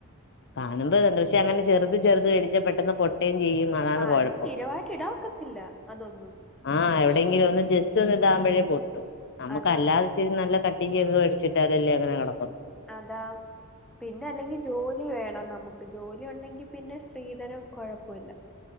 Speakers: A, on the left; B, in the centre.
A: കാണുമ്പോ ഇതുണ്ട് പക്ഷെ അങ്ങനെ ചെറുത് ചെറുത് മേടിച്ചാ പെട്ടന്ന് പൊട്ടേ ചെയ്യും അതാണ്
B: ആ
A: കൊഴപ്പം
B: അത് സ്ഥിരവായിട്ട് ഇടാൻ ഒക്കത്തില്ല അതൊന്നും
A: ആ എവിടെങ്കിലു ഒന്ന് ജസ്റ്റ് ന്ന് ഇതാമ്പഴേ പൊട്ടും നമക്കല്ലാതെച്ചിരി
B: അതാ
A: നല്ല കട്ടിക്കൊക്കെ ‌വേടിച്ചിട്ടാലല്ലേ അങ്ങനെ കെട
B: അതാ പിന്നെ അല്ലെങ്കി ജോലി വേണം നമുക്ക് ജോലി ഒണ്ടെങ്കി പിന്നെ സ്ത്രീധനം കൊഴപ്പവില്ല